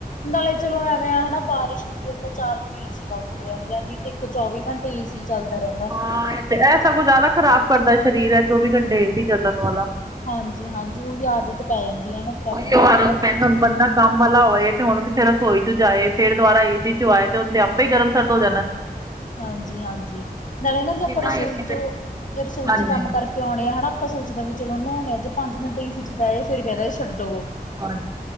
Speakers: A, on the left; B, on the right.
A: ਨਾਲੇ ਚਲੋ ਐਵੇਂ ਆ ਹਨਾ, ਬਾਰਿਸ਼ ਹੁੰਦੀ ਆ ਤਾਂ ਚਾਰ ਦਿਨ ਏਸੀ ਬੰਦ ਹੋ ਜਾਂਦੇ ਆ, ਦੇਖੋ ਚੌਵੀ ਘੰਟੇ ਏਸੀ ਚੱਲਦਾ ਰਹਿੰਦਾ।
B: ਹਾਂ ਤੇ ਐ ਸਗੋਂ ਜ਼ਿਆਦਾ ਖ਼ਰਾਬ ਕਰਦਾ ਸ਼ਰੀਰ, ਐ ਚੌਵੀ ਘੰਟੇ ਸੀ ਚੱਲਣ ਵਾਲਾ।
A: ਹਾਂਜੀ-ਹਾਂਜੀ, ਉਹੀ ਆਦਤ ਪੈ ਜਾਂਦੀ ਆ ਨਾ। ਫਿਰ ਆਪਾਂ
B: ਓਈਓ
A: ਨੂੰ।
B: ਕਹਿੰਦੇ ਹੁਣ ਬੰਦਾ ਕੰਮ ਵਾਲਾ ਹੋਏ, ਤੇ ਹੁਣ ਕਿੱਥੇ ਰਸੋਈ 'ਚ ਜਾਏ ਫ਼ਿਰ ਦੁਆਰਾ ਏਸੀ 'ਚੋ ਆਏ ਤੇ ਉਦੇਂ ਆਪ ਈ ਗਰਮ-ਸਰਦ ਹੋ ਜਾਨਾ।
A: ਹਾਂਜੀ-ਹਾਂਜੀ, ਨਾਲੇ ਨਾ ਜੇ ਆਪਾਂ
B: ਬਿਨਾਂ
A: ਰਸੋਈ'ਚੋ
B: ਏਸੀ ਦੇ
A: ਇਹ ਰਸੋਈ'ਚ
B: ਹਾਂਜੀ
A: ਕੰਮ ਕਰ ਕਿਉਂ ਆ ਹਨਾ, ਆਪਾਂ ਸੋਚਦੇ ਵੀ ਚਲੋ ਨਹਾਉਣੇ ਆ, ਜੇ ਪੰਜ ਮਿੰਟ ਏਸੀ 'ਚ ਬਹਿਜਾ ਫਿਰ ਕਹਿੰਦੇ ਛੱਡੋ।
B: ਹਾਂ,